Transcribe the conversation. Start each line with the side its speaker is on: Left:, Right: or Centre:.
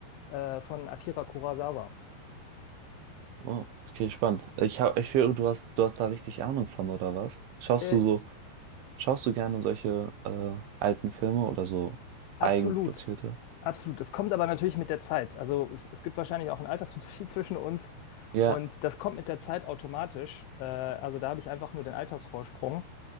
Left: äh, von Akira Kurosawa.
Right: Oh, okay, spannend. Ich hab, ich höre, du hast, du hast da richtig Ahnung von, oder was? Schaust
Left: Äh,
Right: du so, schaust du gerne solche äh, alten Filme oder so
Left: Absolut,
Right: eigenproduzierte?
Left: absolut. Es kommt aber natürlich mit der Zeit. Also es, es gibt wahrscheinlich auch einen Altersunterschied <laughs> zwischen uns
Right: Ja,
Left: und das kommt mit der Zeit automatisch. Äh, also da habe ich einfach nur den Altersvorsprung.